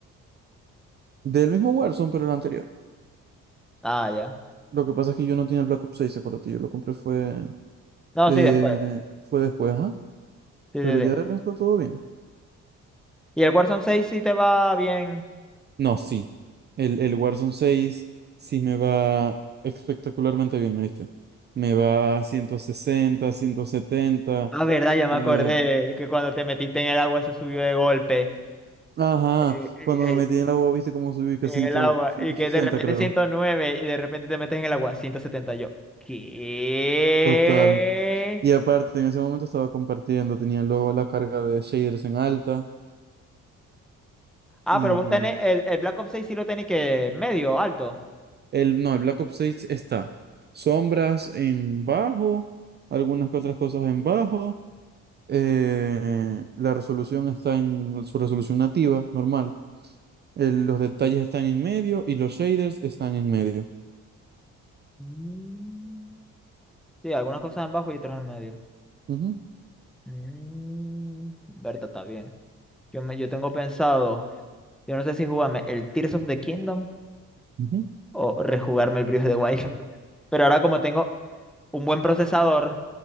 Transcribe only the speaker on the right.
Del mismo Warzone, pero el anterior.
Lo que pasa es que yo no tenía el Black Ops seis acuérdate, yo lo compré fue,
eh,
fue después, ajá.
Pero ya
de resto todo bien.
No, sí. El, el Warzone 6 sí me va espectacularmente bien, ¿viste? Me va a 160, 170.
eh,
ajá,
cuando
me metí en la boba, ¿viste cómo subí? Que
cien,
ciento
sesenta
creo.
Total. Y aparte, en ese momento estaba compartiendo, tenía luego la carga de shaders en alta
y
El, no, el Black Ops 6 está. Sombras en bajo, algunas que otras cosas en bajo. eh, la resolución está en su resolución nativa, normal. el- los detalles están en medio y los shaders están en medio.
Ujú,
ujú,